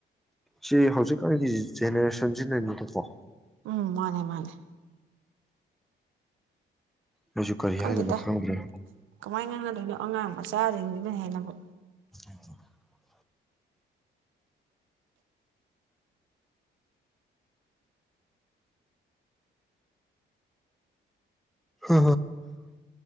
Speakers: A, in the centre; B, on the right.
A: ꯁꯤ ꯍꯧꯖꯤꯛꯀꯥꯟꯒꯤ ꯖꯦꯅꯦꯔꯦꯁꯟꯖꯤꯅꯅꯤꯗꯀꯣ
B: ꯎꯝ ꯃꯥꯅꯦ ꯃꯥꯅꯦ
A: ꯑꯩꯖꯨ ꯀꯔꯤ
B: ꯈꯪꯗꯦꯗ
A: ꯍꯥꯢꯗꯣꯏꯅꯣ ꯈꯪꯗꯔ꯭ꯦ
B: ꯀꯃꯥꯏꯅ ꯉꯥꯡꯅꯗꯣꯏꯅꯣ ꯑꯉꯥꯡ ꯃꯆꯥꯖꯤꯡꯖꯤꯅ ꯍꯦꯟꯅꯕꯨ
A: <unintelligible> ꯑ